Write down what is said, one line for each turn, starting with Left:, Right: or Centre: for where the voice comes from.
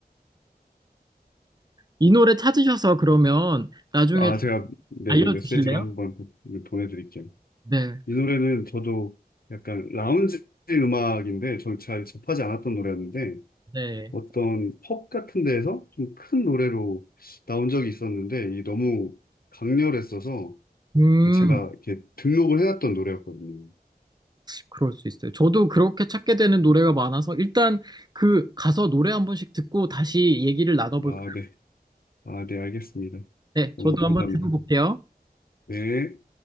Right: 이 노래 찾으셔서 그러면 나중에
Left: 아, 제가 네네
Right: 알려주실래요?
Left: 메시지로 한번 보내드릴게요.
Right: 네.
Left: 이 노래는 저도 약간 라운지 음악인데 저는 잘 접하지 않았던 노래였는데
Right: 네.
Left: 어떤 펍 같은 데에서 좀 큰 노래로 나온 적이 있었는데 이 너무 강렬했어서
Right: 음,
Left: 이게 제가 이렇게 등록을 해놨던 노래였거든요.
Right: 그럴 수 있어요. 저도 그렇게 찾게 되는 노래가 많아서 일단 그 가서 노래 한 번씩 듣고 다시 얘기를 나눠볼까요?
Left: 아, 네. 아, 네, 알겠습니다.
Right: 네,
Left: 너무
Right: 저도 한번
Left: 감사합니다.
Right: 들어볼게요.
Left: 네.